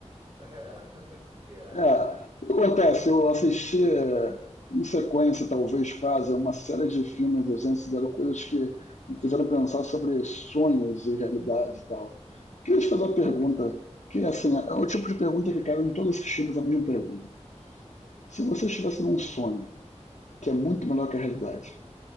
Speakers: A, on the right (about 30°); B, on the left (about 85°).
A: é? <laughs> O que que é?
B: É, o que acontece? Eu assisti eh, em sequência, talvez quase, uma série de filmes desenhos que deram coisas que me fizeram pensar sobre sonhos e realidade e tal. Queria te fazer uma pergunta, que assim, é o tipo de pergunta que cabe em todos os filmes, a mesma pergunta. Se você estivesse num sonho, que é muito melhor que a realidade,